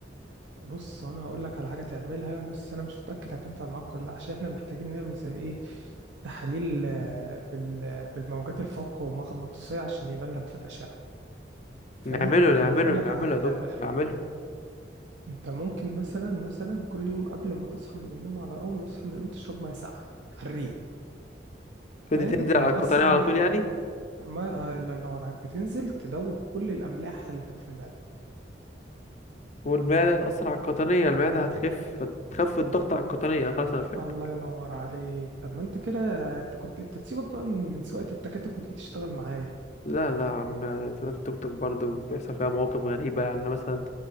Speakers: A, on the right (about 75°); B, on the left (about 40°).
A: بص انا هقول لك على حاجه تعملها بس انا مش متاكد هتنفع معاك ولا لا عشان احنا محتاجين نعمل زي ايه تحاليل آه، بال- بالموجات الفوق مغناطيسيه عشان يبان لك في الاشعه فاهم
B: نعمله
A: فانا
B: نعمله
A: هقول
B: نعمله
A: لك على حاجه
B: يا
A: تعملها
B: دكتور نعمله
A: انت ممكن مثلا مثلا كل يوم قبل ما تصحى من النوم على اول ما تصحى من النوم تشرب ميه ساقعه على الريق
B: فدي
A: فاهم
B: تنزل على
A: الميه
B: القطنية
A: الساقعه
B: على
A: لا
B: طول يعني
A: الميه آه، الله ينور عليك بتنزل تدوب كل الاملاح اللي كانت في المعده
B: والمعدة هتأثر على القطنية المعدة هتخف هتخف الضغط على القطنية خلاص انا فهمت
A: الله ينور عليك طب ما انت كده انت كنت انت تسيبك بقى من من سواقه التكاتك وتيجي تشتغل معايا
B: لا لا يا عم التوك توك برضه بيحصل فيها مواقف غريبة يعني أنا مثلا